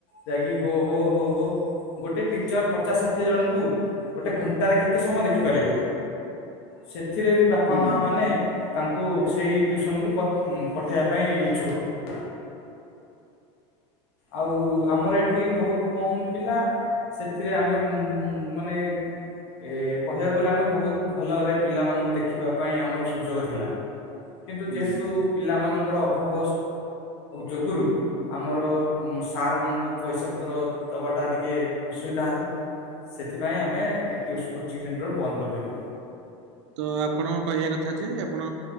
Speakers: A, on the left (about 70°); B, on the right (about 85°).
A: ଯାଇକି ହୋ ହୋ ହୋ ହୋ ଗୋଟେ ଟିଚର ପଚାଶ ଷାଠିଏ ଜଣଙ୍କୁ ଗୋଟେ ଘଣ୍ଟାରେ କେତେ ସମୟ ଦେଖିପାରିବ ସେ ଏଥିରେ ବି ବାପା
B: ହୁଁ
A: ମା ମାନେ ତାଙ୍କୁ ସେଇ ଟ୍ୟୁସନକୁ ପଠ-ପଠେଇବା ପାଇଁ ଇଚ୍ଛୁକ। ଆଉ ଆମର ଏଠି ବୋହୁତ କମ ପିଲା ସେଥିରେ ଆମେ ମାନେ ଏ କହିବାକୁ ଗଲେ ଆମେ ବୋହୁତ ଭଲରେ ପିଲାମାନଙ୍କୁ ଦେଖିବା ପାଇଁ ଆମର ସୁଯୋଗ ଥିଲା। କିନ୍ତୁ
B: ହୁଁ।
A: ଯେହେତୁ ପିଲାମାନଙ୍କର ଅଭାବ ଯୋଗୁରୁ ଆମର ସାର୍ ମାନଙ୍କୁ ପଇସା ପତ୍ର ଦବାଟା ଟିକେ ଅସୁବିଧା ହେଲା। ସେଥିପାଇଁ ଆମେ ଟି କୋଚିଂ ସେଣ୍ଟର ବନ୍ଦ କରିଦେଲୁ।
B: ତ ଆପଣ କହିବା କଥା ଯେ ଆପଣ